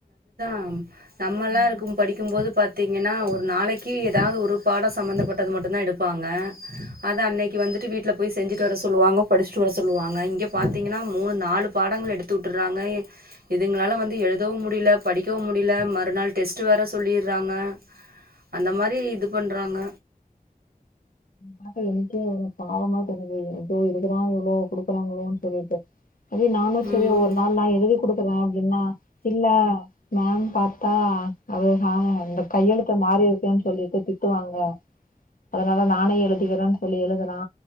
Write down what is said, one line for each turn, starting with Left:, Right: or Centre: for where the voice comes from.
Right: நம் நம்மல்லா
Left: ஆ
Right: இருக்கு படிக்கும்போது பாத்தீங்கன்னா ஒரு நாளைக்கு ஏதாவது ஒரு பாடோ சம்மந்தப்பட்டது மட்டு தா எடுப்பாங்க அதை அன்னைக்கு வந்துட்டு வீட்டில் போய் செஞ்சுட்டு வர சொல்லுவாங்க படிச்சுட்டு வர சொல்லுவாங்க இங்கே பாத்தீங்கன்னா மூணு நாலு பாடங்கள் எடுத்து உட்டுறாங்க இதுங்களா வந்து எழுதவு முடியல படிக்கவு முடியல மறுநாள் டெஸ்ட் வேற சொல்லிறாங்க அந்த மாரி இது பண்றாங்க
Left: பாத்த என்கே பாவமா தெரியுது ஐயோ எதுக்கு தா இவ்ளோ குடுக்குறாங்களோனு சொல்லிட்டு அதே நானு சரி
Right: ம்
Left: ஒரு நாள் நா எழுதி குடுக் குறோ அப்படின்னா இல்ல மேம் பாத்தா அது <unintelligible> இந்த கையெழுத்த மாறி இருக்கேனு சொல்லிட்டு திட்டுவாங்க அதனால நானே எழு கிறோ சொல்லி எழுதுறா